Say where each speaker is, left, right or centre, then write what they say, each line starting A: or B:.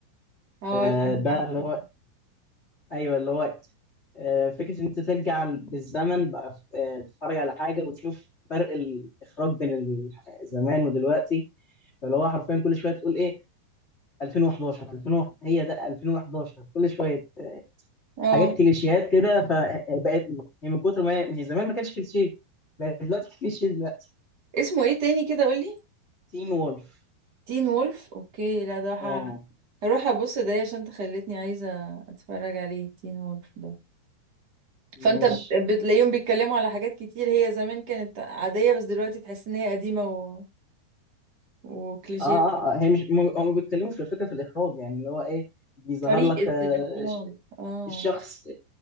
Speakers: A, on the right; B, on the left.
A: آه،
B: آه
A: لأ أنا
B: ده
A: عارفاه،
B: اللي هو ايوه اللي هو آه فكره ان انت ترجع بالزمن بقى آه، تتفرج على حاجه وتشوف فرق الاخراج بين ال- زمان ودلوقتي فاللي هو حرفيا كل شويه تقول ايه 2011 2001 هي ده 2011 كل شويه
A: آه،
B: حاجات كليشيهات كده فبقت هي من كتر ما هي من زمان ما كانش كليشيه بقت دلوقتي كليشيه دلوقتي
A: اسمه إيه تاني كده قُل لي؟
B: تين وولف
A: Teen Wolf أوكي، لأ ده ه
B: اه
A: هاروح أبُص ده عشان أنت خلّيتني عايزة أتفرّج عليه Teen Wolf ده.
B: ماشي
A: فانت بت- بتلاقيهم بيتكلموا على حاجات كتير هي زمان كانت عادية بس دلوقتي تحس ان هي قديمة و... وكليشيه
B: اه اه آه، هي مش هم هم بيتكلموا في الفكره في الاخراج يعني اللي هو ايه بيظهر
A: طريقة
B: لك آه،
A: الإخراج
B: ش-
A: اه
B: الشخص آه،